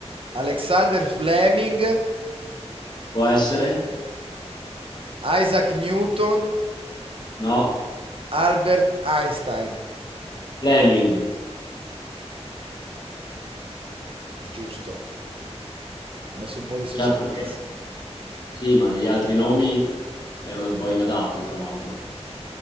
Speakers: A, on the right; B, on the left.
A: Alexander Fleming,
B: Può essere?
A: Isaac Newton,
B: No.
A: Albert Einstein.
B: Fleming.
A: Giusto, ho messo un po' di suspense.
B: Certo che sì, ma negli altri nomi erano un po' inadatti, tra l'altro.